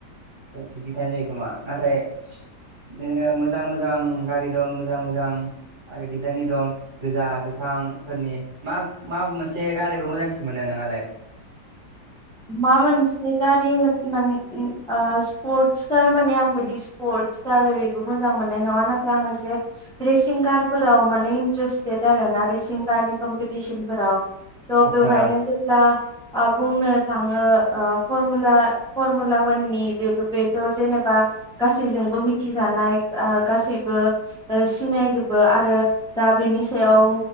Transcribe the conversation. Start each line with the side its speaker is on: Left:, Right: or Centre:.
Right: बिदि थानो जायोै खोमा नाथाय बिदिनो मोजां मोजां गारि दं मोजां मोजां आरो डिजाइननि दं गोजा गोथां। बिफां फोरनि मा-मा मोनसे गारिखौ मोजांसिन मोनो नोंहालाय?
Centre: मा मोनसे गारि माने ओ स्पर्टस गार माने आं बिदि स्पर्टस कार ओरैबो मोजां मोननाय नङा नाथाय आं एसे रेसिं कारफोराव माने इन्टारेस्टेद आरो ना रेसिं कार नि कम्पिटिसन फोराव। त
Right: आदसा
Centre: बेवहायनो जेब्ला आं बुंनो <unintelligible> मिथिजानाय आ गासैबो सिनायजोबो आरो दा बेनि सायाव